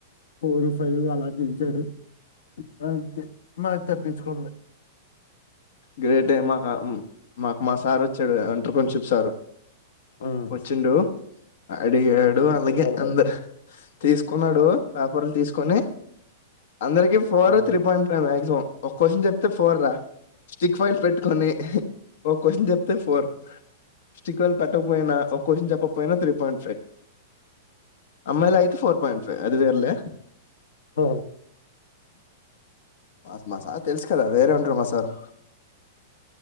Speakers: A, on the left; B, on the left.
A: ఫోర్ ఫైవ్ అలా పిలిచాడు మ మాది తప్పించుకోండి
B: గ్రేట్ే మాకు మాకు మా సార్ వచ్చాడు ఎంటర్పన్షిప్ సార్
A: హ్మ్.
B: వచ్చిండు అడిగాడు
A: హ్మ్.
B: అలాగే
A: గడ్డాల
B: అందరు
A: భయం.
B: తీసుకున్నాడు పేపర్లు తీసుకు కుని అందరికి Four
A: ఆ!
B: three point five maximum ఒక క్వశ్చన్ చెప్తే ఫోర్ రా స్టిక్ ఫైల్ పెట్టుకొని ఒక క్వశ్చన్ చెప్తే ఫోర్ స్టికర్లు పెట్టకపోయినా ఒక క్వశ్చన్ చెప్పకపోయినా త్రీ పాయింట్ ఫైవ్ అమ్మాయి అయితే ఫోర్ పాయింట్ ఫైవ్ అది వేర్లే
A: హ
B: అత్ మా సార్ తెల్సు కదా వేరే ఉంట్రమ్ మా సార్